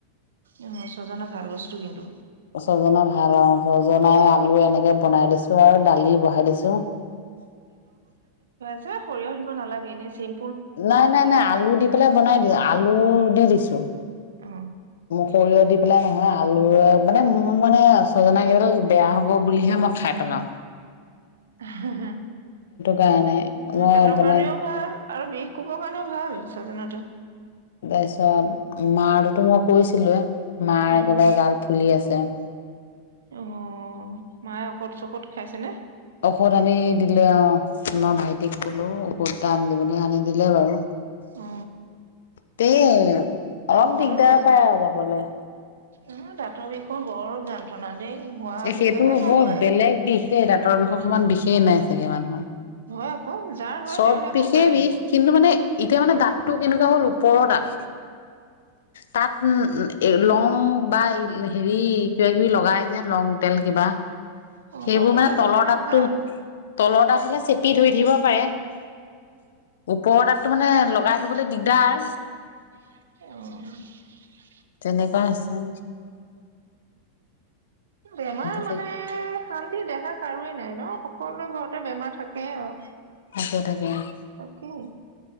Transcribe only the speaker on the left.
<inaudible> ভাল অ', ছজনাই আলু এনেকে বনাই দিছোঁ আৰু দালি বহাই দিছোঁ।
নাই, নাই, নাই, আলু দি পেলাই বনাই দিলো আলু দি দিছো।
সৰিয়হ দি পেলাই নহয় আলুৰে মানে মোৰ মানে ছজনা কেইডাল বেয়া হব বুলিহে মই খাই পেলাওঁ।
কাৰণে মই
বনাই
তাৰপিছত মাৰ তোটো মই কৈছিলোয়ে। মাৰ
একেবাৰে গাল ফুলি আছে। <inaudible>
ঔষধ আনি দিলে অ, মই ভাইটিক ক'লো কুৰটা আনি দিবলৈ আনি দিলে বাৰু।
দেই অলপ
দিগদাৰ
পায় যাবলে।
এ,
সেইটো
বহুত
বেলেগ বিষ দেই দাঁত দাঁতৰ বিষৰ সমমান বিশেষে নাই, চাগে মানুহৰ।
চব
বিষে,
বিষ কিন্তু মানে এতিয়া মানে দাঁতটো কেনেকুৱা হ'ল ওপৰৰ দাঁত তাত লং বা হেৰি কিবা কিবি লগাই। যে লং তেল কিবা।
সেইবোৰ
মানে
তলৰ
দাঁতটো
তলৰ দাঁত হ'লে প ওপৰত। তো মানে লগাই থবলৈ দিগদাৰ।
তেনেকুৱা হৈছে।
থাকে
থাকে, থাকে।